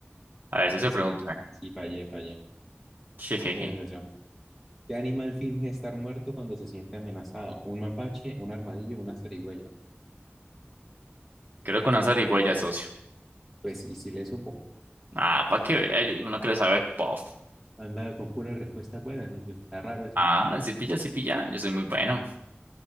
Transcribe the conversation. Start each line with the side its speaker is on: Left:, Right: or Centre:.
Right: A ver, eso
Centre: Ahí
Right: se
Centre: sí,
Right: pregunta.
Centre: sí, fallé, fallé.
Right: <laughs> Jejeje.
Centre: Mira, atención. ¿Qué animal finge estar muerto cuando se siente amenazado? ¿Un mapache, un armadillo, una zarigüeya?
Right: Creo que con una zarigüeya, socio.
Centre: Pues, y si le supo.
Right: Ah, para que vea, yo- uno que le sabe puff.
Centre: Andaba con puras respuestas buenas, socio. Está raro eso.
Right: Ah, si pilla, si pilla, yo soy muy bueno.